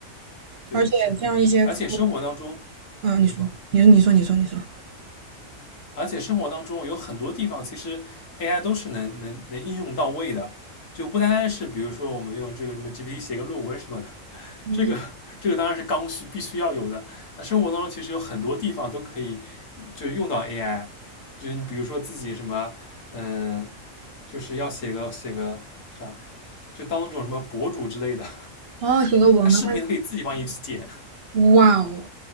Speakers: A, on the left; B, on the right.
A: 对，
B: 而且像一些课，
A: 是的。而且生活当中，
B: 嗯、
A: 嗯你说。
B: 你说，你说，你说，你说，你说，
A: 而且生活当中有很多地方，其实 AI 都是能能能应用到位的，就不单单是比如说我们用这个什么 GPT 写个论文什么的，
B: 嗯，
A: 这个这个当然是刚需，必须要有的。那生活当中其实有很多地方都可以就用到 AI，就你比如说自己什么，嗯、呃就是要写个写个啥，就当那种什么博主之类的，
B: 哦，写个文案，
A: <laughs> 他视频可以自己帮你剪，
B: 哇哦，